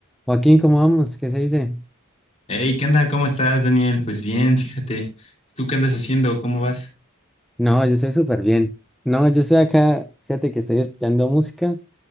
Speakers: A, in the centre; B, on the left (about 30°).
A: Joaquín, ¿cómo vamos? ¿Qué se dice?
B: Hey, ¿qué onda? ¿Cómo estás, Daniel? Pues bien, fíjate. ¿Tú qué andas haciendo? ¿Cómo vas?
A: No, yo estoy súper bien. No, yo estoy acá, fíjate que estoy escuchando música